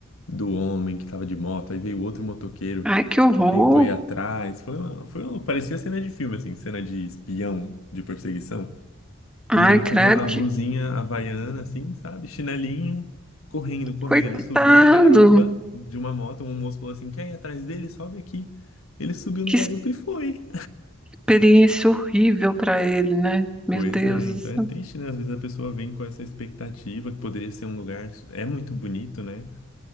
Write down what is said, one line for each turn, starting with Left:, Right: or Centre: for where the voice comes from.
Left: do homem que tava de moto, aí veio outro motoqueiro
Centre: Ai, que horror!
Left: e tentou ir atrás. Foi uma, foi uma, parecia cena de filme, assim, cena de espião, de perseguição.
Centre: Ai,
Left: E ele
Centre: credo,
Left: com uma, a blusinha
Centre: que
Left: havaiana, assim, sabe, chinelinho, correndo, correndo.
Centre: coitado!
Left: Ele subiu na garupa de uma moto, um moço falou assim, quer ir atrás dele? Sobe aqui. Ele subiu
Centre: Que
Left: na garupa e foi.
Centre: experiência horrível pra ele, né? Meu
Left: Pois
Centre: Deus
Left: é,
Centre: do
Left: então
Centre: céu.
Left: é triste, né? Às vezes a pessoa vem com essa expectativa que poderia ser um lugar, é muito bonito, né?